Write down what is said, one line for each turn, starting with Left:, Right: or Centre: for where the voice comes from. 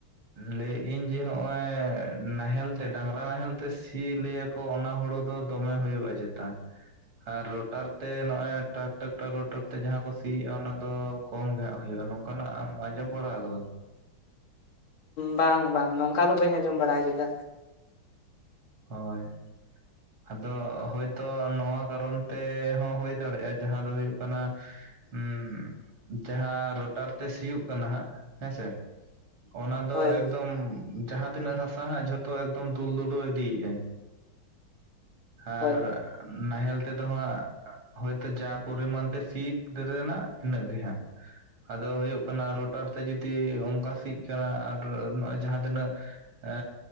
Right: ᱞᱟᱹᱭᱮᱜ ᱤᱧ ᱡᱮ ᱱᱚᱜ-ᱚᱭ ᱱᱟᱦᱮᱞ ᱛᱮ ᱰᱟᱝᱨᱟ ᱱᱟᱦᱮᱞ ᱛᱮ ᱥᱤ ᱞᱟᱹᱭᱟ ᱚ ᱚᱱᱟ ᱦᱳᱲᱳ ᱫᱚ ᱫᱚᱢᱮ ᱦᱳᱭᱳᱜ-ᱟ ᱪᱮᱛᱟ᱾ ᱟᱨ ᱨᱳᱴᱟᱨ ᱛᱮ ᱱᱚᱜ-ᱚᱭ ᱴᱨᱟᱠᱴᱟᱨ ᱨᱳᱴᱟᱨ ᱛᱮ ᱡᱟᱦᱟᱸ ᱠᱚ ᱥᱤᱭᱮᱜ-ᱟ ᱚᱱᱟ ᱫᱚ ᱠᱚᱢ ᱜᱮ ᱦᱟᱜ ᱦᱳᱭᱳᱜ-ᱟ ᱱᱚᱝᱠᱟᱱᱟᱜ ᱮᱢ ᱟᱸᱡᱚᱢ ᱵᱟᱲᱟ ᱟᱠᱟᱫᱟᱢ?
Left: ᱵᱟᱝ ᱵᱟᱝ ᱱᱚᱝᱠᱟ ᱫᱚ ᱵᱟᱹᱧ ᱟᱸᱡᱚᱢ ᱵᱟᱲᱟ ᱠᱮᱫᱟ᱾
Right: ᱦᱳᱭ᱾ ᱟᱫᱚ ᱦᱳᱭᱛᱚ ᱱᱚᱣᱟ ᱠᱟᱨᱚᱱ ᱛᱮᱦᱚᱸ ᱦᱳᱭ ᱫᱟᱲᱮᱜ-ᱟ ᱡᱟᱦᱟᱸ ᱫᱚ ᱦᱳᱭᱳᱜ ᱠᱟᱱᱟ᱾ ᱦᱩᱸ ᱡᱟᱦᱟᱸ ᱨᱳᱴᱟᱨ ᱛᱮ ᱥᱤᱭᱩᱜ ᱠᱟᱱᱟ ᱦᱟᱸᱜ ᱦᱮᱸᱥᱮ᱾ ᱚᱱᱟ ᱫᱚ
Left: ᱦᱳᱭ
Right: ᱮᱠᱫᱚᱢ ᱡᱟᱦᱟᱸ ᱛᱤᱱᱟᱹᱜ ᱦᱟᱥᱟ ᱦᱟᱸᱜ ᱡᱷᱚᱛᱚ ᱮᱠᱫᱚᱢ ᱫᱩᱞ ᱫᱩᱞᱟᱹᱣ ᱤᱫᱤ ᱭᱟᱭ ᱟᱨ
Left: ᱦᱳᱭ
Right: ᱱᱟᱦᱮᱞ ᱛᱮᱫᱚ ᱦᱟᱸᱜ ᱦᱚᱭᱛᱳ ᱡᱟ ᱯᱚᱨᱤᱢᱟᱱ ᱛᱮ ᱥᱤᱜ ᱨᱮᱱᱟᱜ ᱩᱱᱟᱹᱜ ᱜᱮ ᱦᱟᱸᱜ᱾ ᱟᱫᱚ ᱦᱳᱭᱳᱜ ᱠᱟᱱᱟ ᱨᱳᱴᱟᱨ ᱛᱮ ᱡᱩᱫᱤ ᱦᱚ ᱚᱝᱠᱟ ᱥᱤᱜ ᱠᱟᱱᱟ ᱟᱨ ᱱᱚᱜ-ᱚᱭ ᱡᱟᱦᱟᱸ ᱛᱤᱱᱟᱹᱜ ᱮᱻ